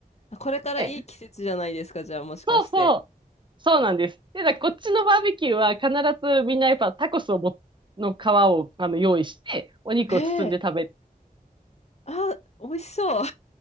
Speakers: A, on the left (about 45°); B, on the right (about 30°).
A: これからいい季節じゃないですか、
B: え、
A: じゃあもしかして。
B: そうそう。そうなんです。で、だからこっちのバーベキューは必ずみんなやっぱタコスをも、の皮をあの用意して、お肉を包んで食べる。
A: へえ、あ、美味しそう。